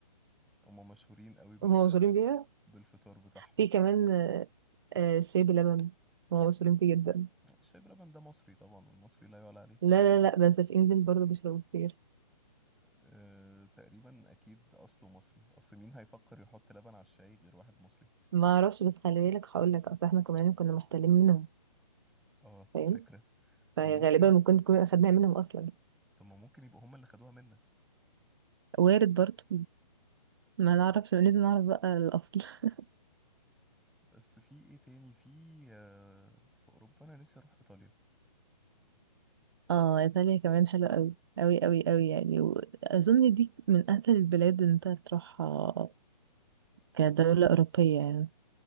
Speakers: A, in the centre; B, on the right.
A: هم مشهورين قوي بال...
B: هم مشهورين بيها
A: بالفطار بتاعهم
B: في كمان آه آه، الشاي بلبن هم مشهورين فيه جدا
A: الشاي بلبن ده مصري طبعا والمصري لا يعلى عليه
B: لا لا لا بس في انجلند برضه بيشربوا كتير
A: أه... تقريبا اكيد اصله مصري اصل مين هيفكر يحط لبن على الشاي غير واحد مصري
B: ما اعرفش بس خلي بالك هقول لك اصل احنا كمان كنا محتلين منهم
A: اه
B: فاهم
A: فكرة ما
B: فغالبا
A: هو ممكن
B: ممكن تكون أخدناها منهم أصلا
A: طب ما ممكن يبقوا هم اللي خدوها منا
B: وارد برضو ما نعرفش لازم نعرف بقى الأصل <laughs>
A: بس في ايه تاني في آه، في اوروبا انا نفسي اروح ايطاليا
B: اه إيطاليا كمان حلوة أوي أوي أوي أوي يعني وأظن دي من أسهل البلاد إن أنت تروحها كدولة أوروبية يعني